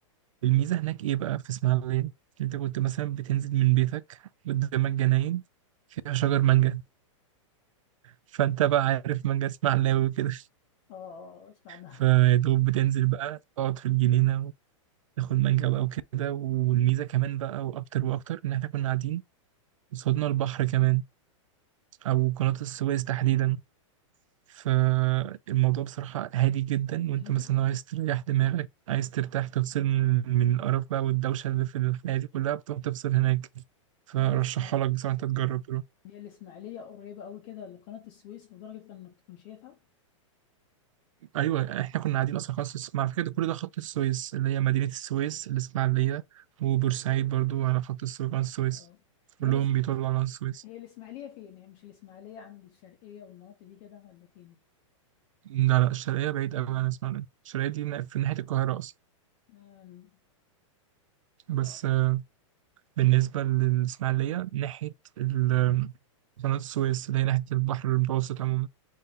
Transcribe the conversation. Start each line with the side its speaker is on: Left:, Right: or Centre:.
Right: الميزه هناك ايه بقى في اسماعيليه انت كنت مثلا بتنزل من بيتك قدامك جناين فيها شجر مانجا فانت بقى عارف مانجا اسمها علاوي وكده
Left: اه اسمع عنها
Right: فيا دوب بتنزل بقى تقعد في الجنينة وتاخد مانجا بقى وكده والميزة كمان بقى وأكتر وأكتر إن إحنا كنا قاعدين قصادنا البحر كمان أو قناة السويس تحديدا فالموضوع بصراحة هادي جدا
Left: <laughs>
Right: وأنت
Left: هي
Right: مثلا عايز تريح دماغك عايز ترتاح تفصل من من القرف بقى والدوشة اللي في الحياة دي كلها بتروح تفصل هناك فرشحها
Left: هي الاسماع
Right: لك بصراحة أنت تجرب
Left: هي الاسماعيليه قريبه قوي كده لقناه السويس لدرجه انك تكون شايفها
Right: ايوه احنا كنا قاعدين اصلا خلاص في الس- مع فكره ده كل ده خط السويس اللي هي مدينه السويس الاسماعيليه وبورسعيد برضو على خط السويس قناه السويس
Left: اه هي
Right: كلهم
Left: الاسم
Right: بيطلعوا على قناه السويس
Left: هي الاسماعيليه فين هي مش الاسماعيليه عند الشرقيه والمناطق دي كده ولا فين
Right: لا لا الشرقيه بعيد قوي عن الاسماعيليه الشرقيه دي نا- في ناحيه القاهره اصلا
Left: امم،
Right: بس
Left: اه
Right: آه، بالنسبه للاسماعيليه ناحيه ال- قناه السويس اللي هي ناحيه البحر المتوسط عموما